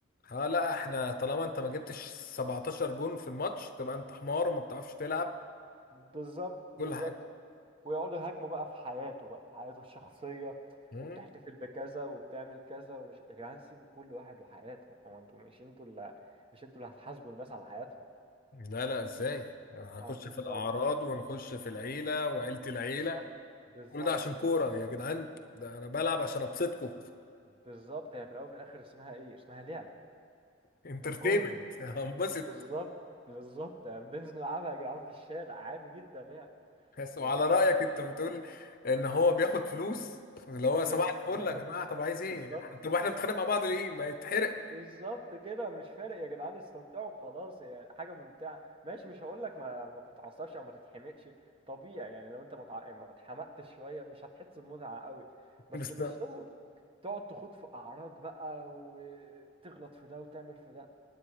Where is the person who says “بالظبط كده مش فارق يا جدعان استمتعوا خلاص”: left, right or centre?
Right